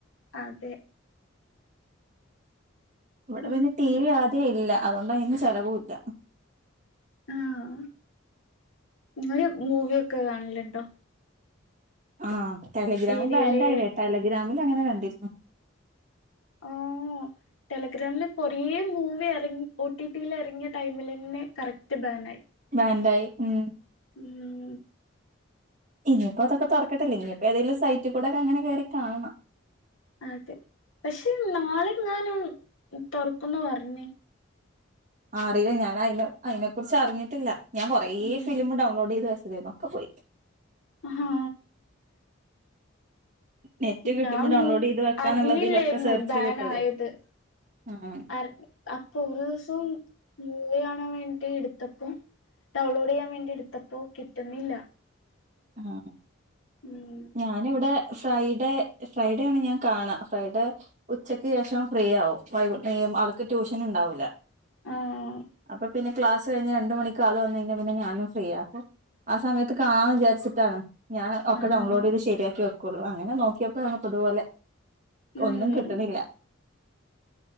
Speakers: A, on the left; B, on the right.
A: അതെ
B: ഇവിടെ
A: ഉം
B: പിന്നെ ടി
A: ഉം
B: വി ആദ്യെ ഇല്ല അതുകൊണ്ട് അതിന്ന് ചെലവും ഇല്ല
A: ആഹ് ഇങ്ങള് മൂവിയൊക്കെ കാണലുണ്ടോ
B: ആഹ് ടെലഗ്രാം
A: സീരിയല്
B: ബാൻഡ് ആയില്ലേ ടെലഗ്രാമിൽ അങ്ങനെ കണ്ടിരുന്നു
A: ഓഹ് ടെലഗ്രാമില് കൊറേ മൂവി ഇറങ്ങി ടി ടിയിൽ ഇറങ്ങിയ ടൈമിൽ തന്നെ കറക്റ്റ് ബേൺ ആയി
B: ബാൻഡായി ഉം
A: ഉം
B: ഇനിയിപ്പോ അതൊക്കെ തുറക്കട്ടെ ഇനിപ്പോ ഏതെങ്കിലും സൈറ്റ് കൂടെക്കെ അങ്ങനെ കേറി കാണണം
A: അതെ പക്ഷെ നാളെങ്ങാനും തുറക്കുന്നു പറഞ്
B: ആഹ് അറീല്ല ഞാൻ അയിനെ അയ്നെ കുറിച്ച് അറിഞ്ഞിട്ടില്ല ഞാൻ കുറെ
A: ഉം
B: ഫിലിം ഡൗൺലോഡ് ചെയ്ത് വച്ചതായിരുന്നു ഒക്കെ പോയി
A: ആഹ്
B: നെറ്റ് കിട്ടുമ്പോ
A: ഞാൻ
B: ഡൗൺലോഡ് ചെയ്ത് വെക്കാന്നുള്ളതിലൊക്കെ
A: അറിഞ്ഞില്ലേരുന്നു
B: സെർച്ച്
A: ബാനായത്.
B: ചെയ്തിട്ടതായിരുന്നു ആഹ്
A: അർ അപ്പൊ ഒരു ദിവസം മൂവി കാണാൻ വേണ്ടി എടുത്തപ്പോ ഡൗൺലോഡ് ചെയ്യാൻ വേണ്ടി എടുത്തപ്പോ കിട്ടുന്നില്ല
B: ആഹ്
A: ഉം
B: ഞാനിവിടെ ഫ്രൈഡേ ഫ്രൈഡേ ആണ് ഞാൻ കാണ ഫ്രൈഡേ ഉച്ചയ്ക്ക് ശേഷം ഫ്രീ ആവും വൈ അവൾക്ക് ട്യൂഷൻ ഇണ്ടാവൂല
A: ആഹ്
B: അപ്പൊ പിന്നെ ക്ലാസ് കഴിഞ്ഞ് രണ്ട് മണിക്ക് ആള് വന്ന് കഴിഞ്ഞാ പിന്നെ ഞാനും ഫ്രീയാ ആഹ് സമയത്ത് കാണാന്ന് വിചാ ച്ചിട്ടാണ് ഞാൻ ഒക്കെ
A: ആഹ്
B: ഡൗൺലോഡ് ചെയ്ത് ശരിയാക്കി വെക്കുള്ളു അങ്ങനെ നോക്കിയപ്പഴാണ് ഇപ്പതുപോലെ
A: ഉം
B: ഒന്നും കിട്ടണില്ല